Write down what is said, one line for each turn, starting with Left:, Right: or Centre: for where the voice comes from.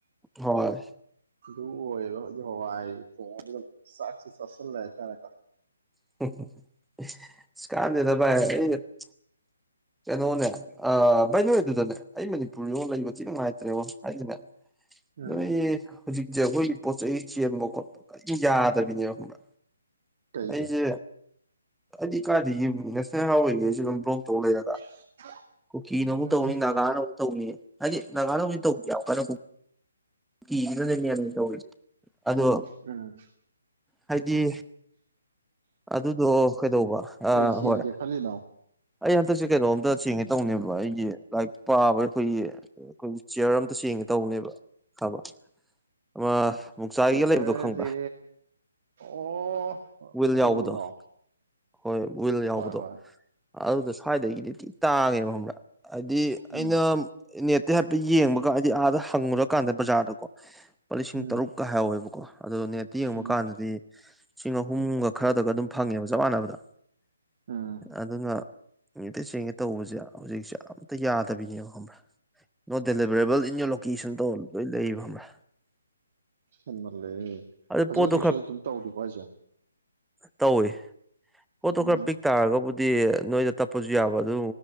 Centre: ꯍꯣꯏ
Right: ꯑꯗꯨꯨ ꯑꯣꯏꯔꯣ ꯍꯥꯏꯗꯤ ꯍꯋꯥꯏ ꯊꯣꯡ ꯑꯗꯨꯝ ꯆꯥꯛꯁꯨꯦ ꯆꯥꯁꯤꯜꯂꯦ ꯍꯥꯏꯇꯥꯔꯦꯀꯣ
Centre: ꯁꯀꯥꯟꯗꯦꯗꯚꯥꯏ ꯀꯩꯅꯣꯅꯦ ꯑ ꯚꯥꯏ ꯅꯣꯏ ꯑꯗꯨꯗꯅꯦ ꯑꯩ ꯃꯅꯤꯄꯨꯔꯤꯔꯣ ꯂꯩꯕꯗꯤ ꯅꯨꯡꯉꯥꯏꯇ꯭ꯔꯦꯕꯣ ꯍꯥꯏꯁꯤꯅꯦ
Right: ꯎꯝ
Centre: ꯅꯣꯏ ꯍꯧꯖꯤꯛꯁꯦ ꯑꯩꯈꯣꯏ ꯄꯣꯠ ꯆꯩꯩ ꯆꯦꯟꯕ ꯈꯣꯠꯄ ꯀꯔꯤ ꯌꯥꯗꯕꯤꯅꯦꯕ ꯈꯪꯕ
Right: ꯀꯩꯒꯤ
Centre: ꯑꯩꯁꯦ ꯑꯩꯗꯤ ꯀꯥꯗ ꯌꯦꯡꯕ ꯅꯦꯁꯅꯦꯜ ꯍꯥꯏꯋꯦꯒꯩꯁꯁꯨ ꯑꯗꯨꯝ ꯕ꯭ꯂꯣꯛ ꯇꯧ ꯂꯩꯔꯦ
Right: <inaudible>
Centre: ꯀꯨꯀꯤꯅ ꯑꯃꯨꯛꯧꯅꯤ
Right: ꯎꯝ
Centre: ꯅꯥꯒꯥꯅ ꯑꯃꯨꯛ ꯇꯧꯅꯤ ꯍꯥꯏꯗꯤ ꯅꯥꯒꯥ ꯂꯣꯗ ꯇꯧꯕ ꯌꯥꯝ ꯀꯟꯅ ꯀꯤꯗꯅꯅꯦꯅꯦ ꯇꯧꯔꯤꯁꯦ ꯑꯗꯣ
Right: ꯎꯝ
Centre: ꯍꯥꯏꯗꯤ ꯑꯗꯨꯗꯣ ꯀꯩꯗꯧꯕ ꯑꯥ
Right: ꯀꯩ ꯆꯦꯟꯒꯦ
Centre: ꯍꯣꯏ
Right: ꯈꯜꯂꯤꯅꯣ
Centre: ꯑꯩ ꯍꯟꯗꯛꯁꯦ ꯀꯩꯅꯣꯝꯇ ꯆꯦꯡꯉꯦ ꯇꯧꯅꯦꯕ ꯑꯩꯒꯤ ꯂꯥꯏꯔꯤꯛ ꯄꯥꯕ ꯑꯩꯈꯣꯏꯒꯤ ꯑꯩꯈꯣꯏꯒꯤ ꯆꯤꯌꯔ ꯑꯝꯇ ꯌꯦꯡꯉꯦ ꯇꯧꯕꯅꯦꯕ ꯊꯕ ꯑꯃ ꯃꯨꯛꯆꯥꯏꯒꯤꯒ
Right: ꯁꯤꯌꯔꯁꯦ
Centre: ꯂꯩꯕꯗꯣ ꯈꯪꯕ꯭ꯔꯥ
Right: ꯑꯣ
Centre: ꯋꯤꯜ
Right: ꯑꯆꯧꯕꯗꯣ
Centre: ꯌꯥꯎꯕꯗꯣ ꯍꯣꯏ ꯋꯤꯜ ꯌꯥꯎꯕꯗꯣ
Right: ꯍꯣꯏ ꯍꯣꯏ
Centre: ꯑꯗꯨꯗ ꯁ꯭ꯋꯥꯏꯗꯒꯤꯗꯤꯗꯤ ꯇꯥꯡꯉꯦꯕ ꯈꯕ꯭ꯔꯥ ꯍꯥꯏꯗꯤ
Right: ꯎꯝ
Centre: ꯑꯩꯅ ꯅꯦꯠꯇ ꯍꯥꯏꯐꯦꯠ ꯌꯦꯡꯕꯒ ꯍꯥꯏꯗꯤ ꯑꯥꯗ ꯐꯪꯉꯨꯔꯀꯥꯟꯗ ꯕꯖꯥꯔꯗꯀꯣ ꯂꯨꯄꯥ ꯂꯤꯁꯤꯡ
Right: ꯎꯝ
Centre: ꯇꯔꯨꯛꯀ ꯍꯥꯏꯍꯋꯦꯕꯀꯣ ꯑꯗꯨ ꯅꯦꯠꯇ ꯌꯦꯡꯕ
Right: ꯎꯝ
Centre: ꯀꯥꯟꯗꯗꯤ ꯂꯤꯁꯤꯡ ꯑꯍꯨꯝꯒ ꯈꯔꯗꯒ ꯑꯗꯨꯝ ꯐꯪꯉꯦꯕ ꯆꯞ ꯃꯥꯟꯅꯕꯗ
Right: ꯎꯝ
Centre: ꯑꯗꯨꯅ ꯃꯇꯩ ꯆꯦꯡꯒꯦ ꯇꯧꯕꯁꯦ ꯍꯧꯖꯤꯛꯁꯦ ꯌꯥꯝ ꯑꯝ ꯌꯥꯗꯕꯤꯅꯦꯕ ꯈꯪꯕ꯭ꯔꯥ not deliverable in your location ꯇꯣ ꯂꯣꯏ ꯂꯩꯌꯦꯕ ꯈꯪꯕ꯭ꯔꯥ
Right: ꯁꯦꯟꯃꯜꯂꯦ ꯍꯧꯖꯤꯛ
Centre: ꯑꯗꯨ ꯄꯣꯠꯇꯣ
Right: ꯍꯧꯖꯤꯛꯁꯨ ꯑꯗꯨꯝ ꯇꯧꯔꯤꯕ ꯍꯥꯏꯁꯦ
Centre: ꯇꯧꯋꯏ ꯄꯣꯠꯇꯣ
Right: ꯎꯝ
Centre: ꯈꯔ ꯄꯤꯛ ꯇꯥꯔꯒꯕꯨꯗꯤ ꯅꯣꯏꯗ ꯇꯞꯄꯁꯨ ꯌꯥꯕ ꯑꯗꯨ